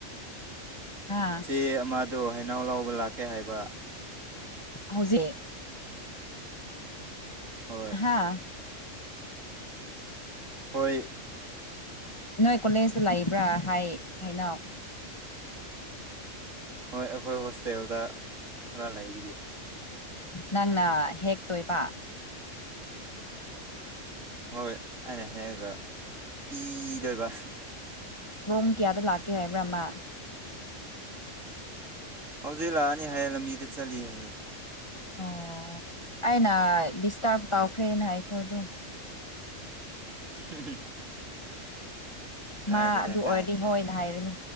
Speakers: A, on the left; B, on the right.
A: ꯍꯥ
B: ꯆꯦ ꯑꯃꯗꯣ ꯍꯩꯅꯧ ꯂꯧꯕ ꯂꯥꯛꯀꯦ ꯍꯥꯏꯕ
A: ꯍꯧꯖꯤꯛ
B: ꯍꯣꯏ
A: ꯍꯥꯥ
B: ꯍꯣꯏ
A: ꯅꯣꯏ ꯀꯣꯂꯦꯖꯇ ꯂꯩꯕ꯭ꯔꯥ ꯍꯥꯏ ꯍꯩꯅꯧ
B: ꯍꯣꯏ ꯑꯩꯈꯣꯏ ꯍꯣꯁꯇꯦꯜꯗ ꯈꯔ ꯂꯩꯕꯒꯤ
A: ꯅꯪꯅ ꯍꯦꯛꯇꯣꯏꯕ
B: ꯍꯣꯏ ꯑꯩꯅ ꯍꯦꯛꯑꯒ ꯄꯤꯗꯣꯏꯕ
A: ꯄꯨꯡ ꯀꯌꯥꯗ ꯂꯥꯛꯀꯦ ꯍꯥꯏꯕ꯭ꯔꯥ ꯃꯥ
B: ꯍꯧꯖꯤꯛ ꯂꯥꯛꯑꯅꯤ ꯍꯥꯏꯌꯦ ꯂꯝꯕꯤꯗ ꯆꯠꯂꯤ ꯍꯥꯏꯌꯦ
A: ꯑꯣ ꯑꯩꯅ ꯗꯤꯁꯇ꯭ꯔꯐ ꯇꯧꯈ꯭ꯔꯦꯅ ꯍꯥꯏꯈꯣ ꯑꯗꯨꯝ
B: <unintelligible> ꯀꯥꯏꯗꯦꯗ
A: ꯃꯥ ꯑꯗꯨ
B: ꯀꯥꯏꯗꯦꯗ
A: ꯑꯣꯏꯔꯗꯤ ꯍꯣꯏ ꯍꯥꯏꯔꯅꯤ